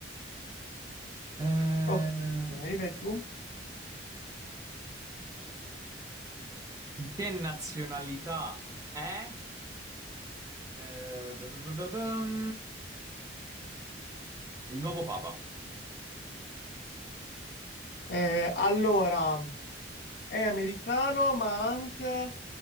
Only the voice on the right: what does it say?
Eh,
di che nazionalità è? Eh, b- b- b- bum, il nuovo papa.